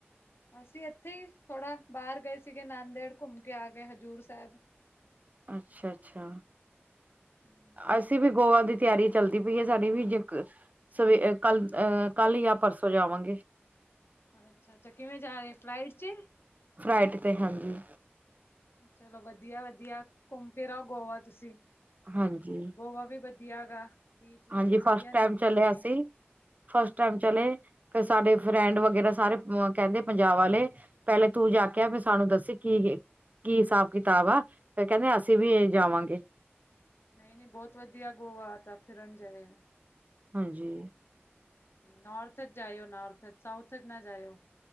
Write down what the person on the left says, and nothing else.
ਅਸੀਂ ਇੱਥੇ ਹੀ ਥੋੜਾ ਬਾਹਰ ਗਏ ਸੀਗੇ ਨੰਦੇੜ ਘੁੰਮ ਕੇ ਆ ਗਏ ਹਜ਼ੂਰ ਸਾਹਿਬ
ਹੂੰ,
ਅੱਛਾ-ਅੱਛਾ ਕਿਵੇਂ ਜਾ ਰਹੇ ਫਲਾਈਟ ਚ
ਚਲੋ ਵਧੀਆ-ਵਧੀਆ ਘੁੰਮ ਫਿਰ ਆਓ ਗੋਆ ਤੁਸੀਂ
ਗੋਆ ਵੀ ਵਧੀਆ ਗਾ ਬੀਚ ਵਿਚ
ਵਧੀਆ
ਨੇ
ਉੱਧਰ
ਦੇ।
ਹਾਂਜੀ,
ਨਹੀਂ- ਨਹੀਂ ਬੋਤ ਵਧੀਆ ਗੋਆ ਤਾਂ, ਫਿਰਨ ਜਾਏ ਆ।
ਨੋਰਥ ਚ ਜਾਇਓ ਨੋਰਥ ਚ, ਸਾਊਥ ਚ ਨਾ ਜਾਏਓ।